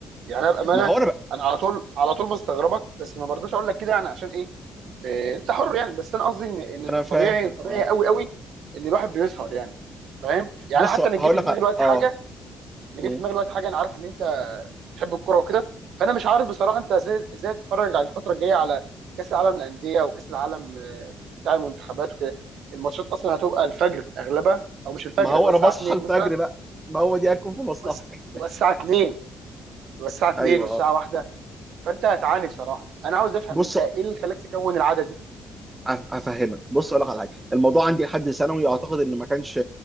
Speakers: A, on the right; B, on the right.
A: يعني انا بامانه
B: ما هو انا ب...
A: انا على طول على طول بستغربك بس ما برضاش اقول لك كده يعني عشان ايه إيه، انت حر يعني بس انا قصدي ان ان من
B: انا
A: الطبيعي
B: فاهم
A: طبيعي
B: آه.
A: قوي قوي ان الواحد بيسهر يعني فاهم يعني
B: بص
A: حتى
B: هقول
A: انا جه في
B: لك
A: دماغي
B: على-
A: دلوقتي
B: اه
A: حاجه انا جاي
B: مم.
A: في دماغي دلوقتي حاجه انا عارف ان انت بتحب الكوره وكده فانا مش عارف بصراحه انت ازاي ازاي بتتفرج على الفتره الجايه على كاس العالم للانديه وكاس العالم آه، بتاع المنتخبات وكده الماتشات اصلا هتبقى الفجر اغلبها او مش الفجر
B: ما هو
A: هتبقى
B: انا
A: الساعه
B: بصحى
A: 2
B: الفجر
A: مثلا
B: بقى ما هو دي هتكون في مصلحتك
A: بس تبقى الساعه 2 تبقى الساعه 2
B: ايوه
A: والساعه
B: آه.
A: 1 فانت هتعاني بصراحه انا عاوز افهم
B: بص
A: انت ايه اللي خلاك تكون العاده دي
B: أف- افهمك بص اقول لك على حاجه الموضوع عندي لحد ثانوي اعتقد ان ما كانش